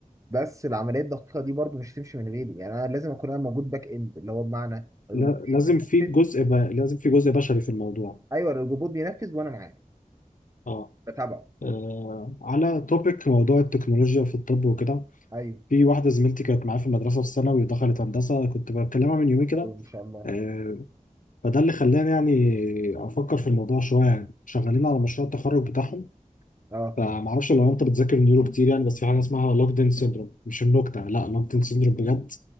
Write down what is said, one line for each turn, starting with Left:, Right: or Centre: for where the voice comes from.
Right: بس العمليه الدقيقه دي برضه مش هتمشي من غيري يعني انا لازم اكون انا موجود باك اند اللي هو بمعنى الروبوت
Left: لا- لازم في
Right: بينفذ
Left: جزء ب... لازم في جزء بشري في الموضوع
Right: ايوه الروبوت بينفذ وانا معاه
Left: اه
Right: بتابعه
Left: آه، على توبيك موضوع التكنولوجيا في الطب وكده
Right: ايوه
Left: في واحدة زميلتي كانت معايا في المدرسة في الثانوي ودخلت هندسة كنت بكلمها من يومين كده
Right: ايوه ان شاء الله
Left: آه، فده اللي خلاني يعني أفكر في الموضوع شوية يعني شغالين على مشروع التخرج بتاعهم
Right: اه
Left: فمعرفش لو أنت بتذاكر نيورو كتير يعني بس في حاجة اسمها لوكدين سيندروم مش النكتة لا لوكدين سيندروم بجد